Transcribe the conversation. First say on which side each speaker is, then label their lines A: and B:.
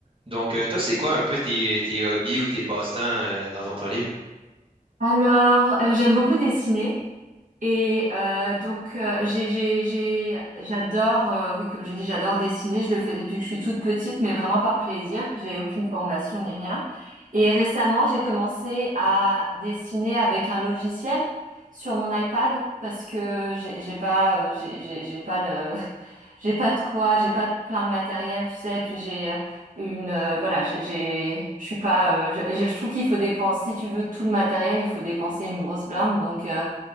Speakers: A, on the right (about 35°); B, on the right (about 65°).
A: Donc, euh, toi, c'est quoi un peu tes, tes hobbies ou tes passe-temps euh, dans ton temps libre?
B: Alors, euh, j'aime beaucoup dessiner. Et euh, donc euh, j'ai j'ai j'ai j'adore euh, oui comme je dis j'adore dessiner je le fais depuis que je suis toute petite mais vraiment par plaisir j'ai aucune formation ni rien et récemment j'ai commencé à dessiner avec un logiciel sur mon iPad parce que j'ai j'ai pas euh, j'ai j'ai j'ai pas le <laughs> j'ai pas de quoi j'ai pas plein de matériel tu sais et puis j'ai euh, une euh, voilà j'ai j'ai- je suis pas euh, je je trouve qu'il faut dépenser si tu veux tout le matériel il faut dépenser une grosse blinde donc euh,